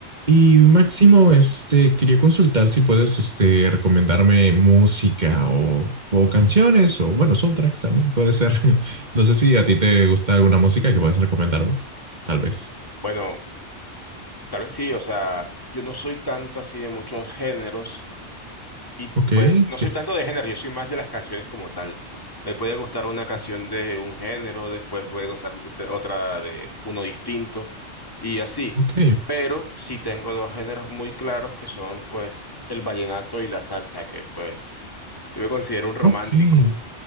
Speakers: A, on the right (about 40°); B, on the left (about 20°).
A: Y Máximo, este, quería consultar si puedes, este, recomendarme música o, o canciones o, bueno, soundtracks también puede ser. <laughs> No sé si a ti te gusta alguna música que puedas recomendarme, tal vez.
B: Bueno, tal vez sí, o sea, yo no soy tanto así de muchos géneros y
A: Ok,
B: pues no
A: que,
B: soy tanto de género, yo soy más de las canciones como tal. Me puede gustar una canción
A: ok,
B: de un género, después puede gustar ut- otra de uno distinto y así.
A: ok,
B: Pero sí tengo dos géneros muy claros que son pues el vallenato y la salsa, que pues yo me considero un romántico.
A: ok.